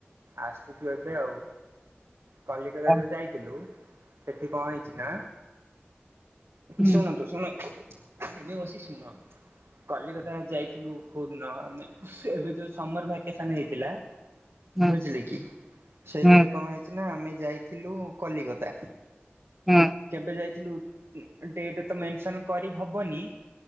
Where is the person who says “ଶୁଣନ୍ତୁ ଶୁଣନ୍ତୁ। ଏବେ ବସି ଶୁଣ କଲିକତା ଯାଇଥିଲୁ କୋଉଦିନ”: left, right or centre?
Right